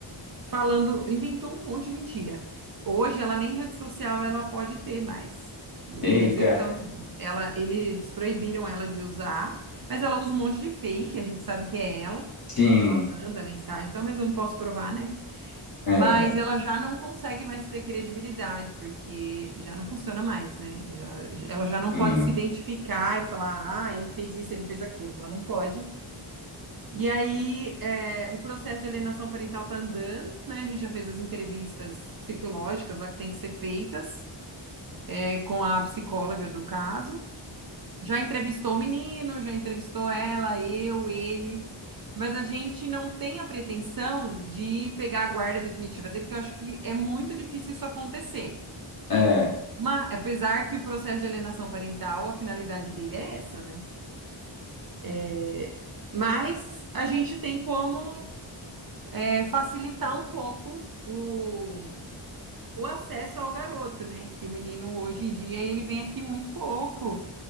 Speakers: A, on the right; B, on the left.
A: falando, inventou um monte de mentira. Hoje ela nem rede social ela pode ter mais.
B: Eita,
A: Por execução, ela, eles proibiram ela de usar, mas ela usa um monte de fake, a gente sabe que é ela,
B: sim,
A: que ela manda mensagem e tal, mas eu não posso provar, né?
B: é,
A: Mas ela já não consegue mais ter credibilidade, porque já não funciona mais, né? Já- ela já não
B: sim,
A: pode se identificar e falar, ah, ele fez isso, ele fez aquilo. Ela não pode. E aí, é, o processo de alienação parental tá andando, né? A gente já fez as entrevistas psicológicas lá que tem que ser feitas, é, com a psicóloga do caso. Já entrevistou o menino, já entrevistou ela, eu, ele, mas a gente não tem a pretensão de pegar a guarda definitiva dele, que eu acho que é muito difícil isso acontecer.
B: é,
A: Mas, apesar que o processo de alienação parental, a finalidade dele é essa, né? É, Mas a gente tem como é, facilitar um pouco o, o acesso ao garoto, né? Que o menino hoje em dia ele vem aqui muito pouco.